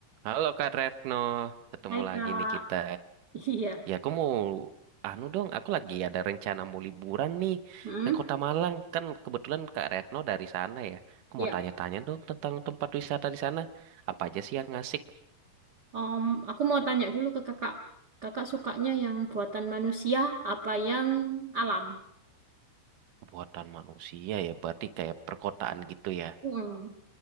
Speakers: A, on the right; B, on the right.
A: Halo Kak Retno, ketemu
B: Hai
A: lagi
B: Kak,
A: nih kita.
B: <laughs> iya.
A: Ya aku mau, anu dong, aku lagi ada rencana mau liburan nih
B: Hmm?
A: ke Kota Malang. Kan kebetulan Kak Retno dari sana ya. Aku
B: Iya.
A: mau tanya-tanya dong tentang tempat wisata di sana. Apa aja sih yang asik?
B: Om, aku mau tanya dulu ke Kakak. Kakak sukanya yang buatan manusia apa yang alam?
A: Buatan manusia ya, berarti kayak perkotaan gitu ya.
B: Hmm.